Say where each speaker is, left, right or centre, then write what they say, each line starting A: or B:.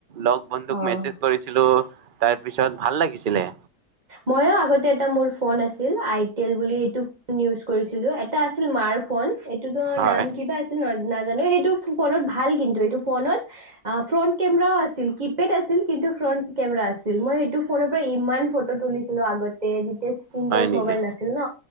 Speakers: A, on the right (about 45°); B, on the right (about 25°).
A: লগ বন্ধুক
B: অ
A: মেছেজ কৰিছিলো, তাৰ পিছত পিছত ভাল লাগিছিলে।
B: ময়ো আগতে এটা মোৰ ফোন আছিল আইটেল বুলি সেইটো ফোন ইউজ কৰিছিলো, এটা আছিল মাৰ ফোন। এইটো
A: হয়
B: নাম কিবা আছিল ন নাজানো, সেইটো ফোনত ভাল কিন্তু এইটো, ফোনত অ' ফ্ৰণ্ট কেমেৰাও আছিল। কিপেড আছিল কিন্তু, ফ্ৰণ্ট কেমেৰা আছিল, মই সেইটো ফোনৰ পৰা ইমান ফ তুলিছিলো আগতে। এতিয়া স্কীন
A: হয়
B: টাচ
A: নেকি
B: মোবাইল নাছিল ন,